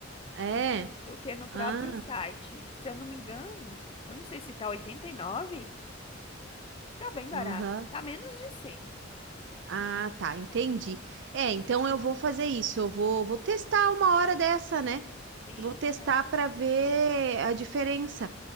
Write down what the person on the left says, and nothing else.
do que no próprio
site. Se eu não me engano, eu não sei se tá 89, tá bem barato.
Tá menos de 100.
Sim,
essa
eu
sei,